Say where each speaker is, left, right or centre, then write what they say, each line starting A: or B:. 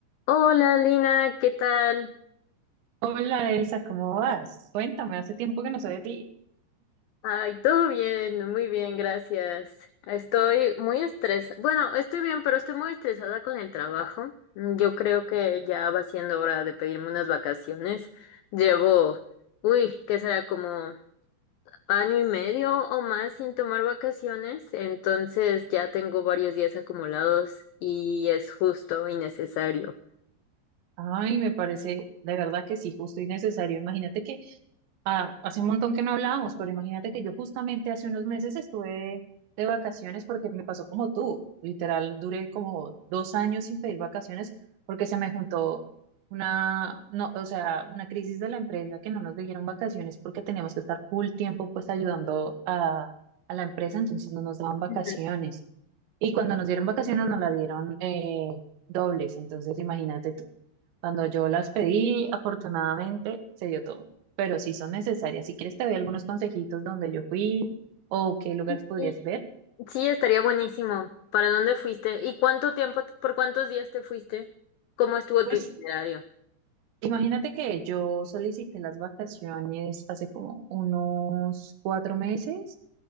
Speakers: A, on the left (about 85°); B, on the right (about 80°).
A: Hola Lina, ¿qué tal?
B: Hola Elsa, ¿cómo vas? Cuéntame, hace tiempo que no sé de ti.
A: Ay, todo bien, muy bien, gracias. Estoy muy estresada. Bueno, estoy bien, pero estoy muy estresada con el trabajo. Mm, Yo creo que ya va siendo hora de pedirme unas vacaciones. Llevo, uy, ¿qué será? Como año y medio o más sin tomar vacaciones. Entonces ya tengo varios días acumulados y es justo y necesario.
B: Ay, me parece de verdad que sí, justo y necesario. Imagínate que Ah, hace un montón que no hablábamos, pero imagínate que yo justamente hace unos meses estuve de vacaciones porque me pasó como tú. Literal, duré como dos años sin pedir vacaciones porque se me juntó una, no, o sea, una crisis de la empresa que no nos dieron vacaciones porque teníamos que estar full tiempo pues ayudando a, a la empresa, entonces no nos daban vacaciones.
A: Ujú.
B: Y cuando nos dieron vacaciones nos la dieron eh, dobles, entonces imagínate tú. Cuando yo las pedí, afortunadamente se dio todo, pero sí son necesarias. Si quieres te doy algunos consejitos donde yo fui o qué lugares
A: <laughs>
B: podrías ver.
A: Sí, estaría buenísimo. ¿Para dónde fuiste? ¿Y cuánto tiempo, por cuántos días te fuiste? ¿Cómo estuvo
B: Pues
A: tu itinerario?
B: imagínate que yo solicité las vacaciones hace como unos cuatro meses